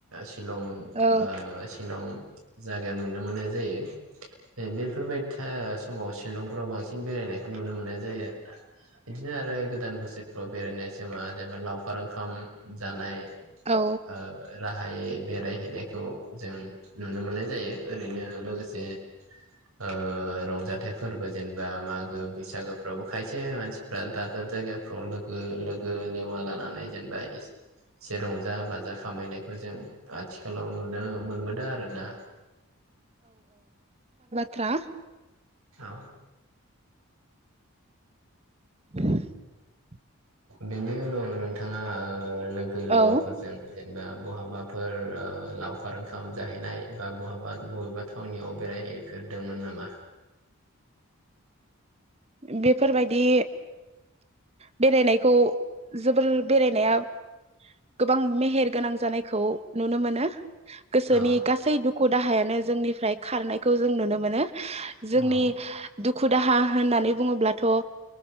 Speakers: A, on the right (about 75°); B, on the right (about 30°).
A: शिलं
B: औ
A: ओ शिलं जायगायाव नुनो मोननाय जायो बेफोरबायदि समाव शिलंफ्राव बांसिन बेरायनायखौ नुनो मोननाय जायो आरोना बिदिनो आरो गोदान बोसोरफ्राव बेरायनाय समा जेनेबा लावखार ओंखाम। जानाय। <inaudible>
B: औ
A: ओ रा गाहाय बेरायहैनायखौ जों नुनो मोननाय जायो ओरैनो लोगोसे ओ रंजाथाइ फोरबो जेनेबा मागो बैसागो फोरावबो खायसे मानसिफ्रा दाब दाब जायगाफ्राव लोगो लोगो लेवा लानानै जेनेबा एसे रंजा बाजा खामायनायखौ जों आथिखालाव नुनो मोनबोदों आरो ना।
B: थ्रा
A: औ।
B: <inaudible>
A: बेनि उनाव नोंथाङा लोगो लेवाफोरजों
B: औ
A: जे। बा बहाबाफोर ओ लावखार ओंखाम जाहैनाय बा बहाबा बबेबा थावनियाव बेरायहैफेरदोंमोन नामा?
B: बेफोरबायदि बेरायनायखौ जोबोर बेरायनाया गोबां मेहेर गोनां जानायखौ नुनो मोनो। गोसोनि
A: औ
B: गासै दु खु दाहायानो जोंनिफ्राय खारनायखौ जों नुनो मोनो। जोंनि
A: औ
B: दु खु दाहा होननानै बुङोब्लाथ'